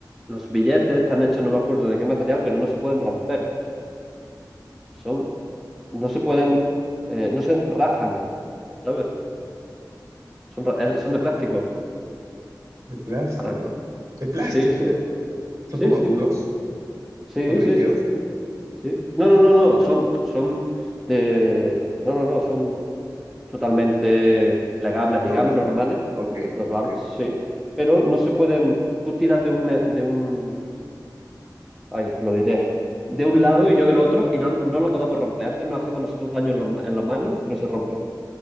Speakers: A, in the centre; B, on the right.
A: Los billetes están hechos, no me acuerdo de qué material, pero no se pueden romper. Son, no se pueden, eh, no se rajan, ¿sabes? Son, ra- eh, son de plástico.
B: De plástico.
A: Ra-
B: De plástico.
A: Sí, sí,
B: Son
A: sí,
B: como
A: sí,
B: duros,
A: sí,
B: son rígidos,
A: sí, sí, sí. No, no, no, no, son, son de, no, no, no, son totalmente plegables, digamos,
B: doblables.
A: normales,
B: Ok,
A: doblables,
B: ok.
A: sí, pero no se pueden, tú tiras de un, de un Ay, lo diré. De un lado y yo del otro, y no, no lo podemos romper. Antes nos hacemos nosotros daño en, los ma- en las manos, que no se rompe.